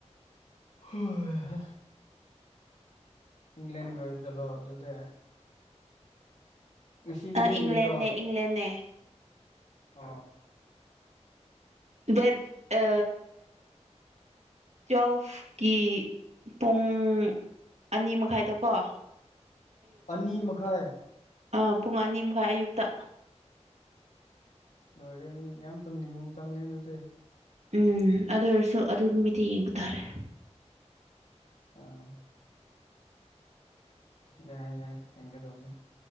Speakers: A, on the left; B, on the right.
A: ꯍꯣꯏ ꯍ ꯏꯪꯂꯦꯟꯒꯤ ꯑꯣꯏꯕ ꯆꯠꯂꯣ ꯑꯗꯨꯗꯤ ꯉꯁꯤꯒꯤꯗꯤ
B: ꯑ
A: ꯌꯦꯡꯒꯗ꯭ꯔꯣ
B: ꯏꯪꯂꯦꯟꯅꯦ ꯏꯪꯂꯦꯟꯅꯦ
A: ꯑ
B: ꯗꯦꯠ ꯑ ꯇꯋꯦꯜꯐꯀꯤ ꯄꯨꯡ ꯑꯅꯤ ꯃꯈꯥꯏꯗꯀꯣ
A: ꯑꯅꯤ ꯃꯈꯥꯏ
B: ꯑ ꯄꯨꯡ ꯑꯅꯤ ꯃꯈꯥꯏ ꯑꯌꯨꯛꯇ
A: ꯂꯣꯏꯔꯦ ꯃꯤ ꯌꯥꯝ ꯇꯨꯝꯅꯤꯡꯕ ꯃꯇꯝ ꯑꯗꯨꯗꯤ
B: ꯎꯝ ꯑꯗꯨ ꯑꯣꯏꯔꯁꯨ ꯑꯗꯨ ꯅꯨꯃꯤꯗꯤ ꯌꯦꯡꯕ ꯇꯥꯔꯦ
A: ꯑꯥ ꯌꯥꯏ ꯌꯥꯏ ꯍꯡꯒꯦꯗꯧꯃꯦ